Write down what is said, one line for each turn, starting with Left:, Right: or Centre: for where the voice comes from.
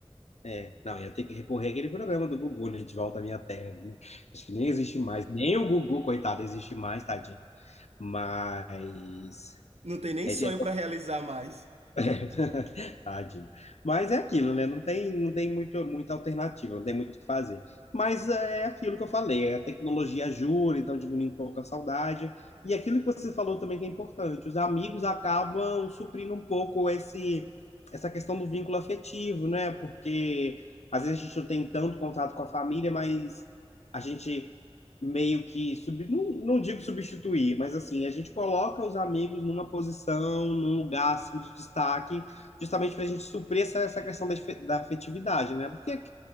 Left: É, não, ia ter que recorrer àquele programa do Gugu, né? De volta à minha terra. né? Acho que nem existe mais. Nem o Gugu, coitado, existe mais, tadinho. Mas
Right: Não tem nem
Left: é,
Right: sonho
Left: de- é
Right: para realizar mais.
Left: é, <laughs> Tadinho. Mas é aquilo, né? Não tem, não tem muito, muita alternativa, não tem muito o que fazer. Mas é aquilo que eu falei, é a tecnologia ajuda, então diminui um pouco a saudade. E aquilo que você falou também que é importante, os amigos acabam suprindo um pouco esse, essa questão do vínculo afetivo, né? Porque às vezes a gente não tem tanto contato com a família, mas a gente meio que sub, não, não digo substituir, mas assim, a gente coloca os amigos numa posição, num lugar assim de destaque, justamente para a gente suprir essa, essa questão da, efe- da afetividade, né? Porque